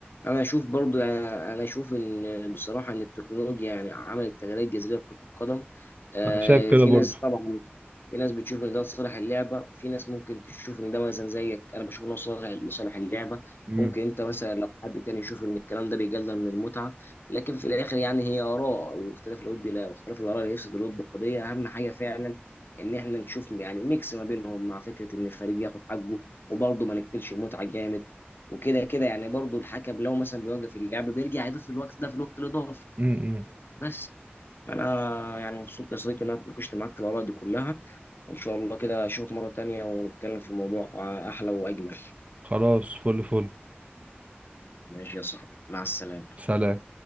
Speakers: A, on the left (about 60°); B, on the right (about 35°).
A: انا اشوف برضو يعني، انا اشوف ان بصراحه ان التكنولوجيا يعني عملت تغييرات جذريه في كره القدم آه،
B: انا شايف كده
A: في
B: برضو
A: ناس طبعا في ناس بتشوف ان ده لصالح اللعبه في ناس ممكن تشوف ان ده مثلا زيك انا بشوف ان هو صالح لصالح اللعبه
B: امم
A: ممكن انت مثلا لو حد تاني يشوف ان الكلام ده بيقلل من المتعه لكن في الاخر يعني هي اراء واختلاف الود لا واختلاف الاراء ليس ضد القضيه اهم حاجه فعلا ان احنا نشوف يعني ميكس ما بينهم مع فكره ان الفريق ياخد حقه وبرضه ما نقتلش المتعه جامد وكده كده يعني برضه الحكم لو مثلا بيوقف اللعب بيرجع يضيف الوقت ده في الوقت الاضافي
B: امم
A: بس انا يعني مبسوط يا صديقي ان انا اتناقشت معاك في الاراء دي كلها وإن شاء الله كده أشوفك مرة تانية ونتكلم في موضوع أحلى وأجمل
B: خلاص فل فل
A: ماشي يا صاحبي مع السلامة
B: سلام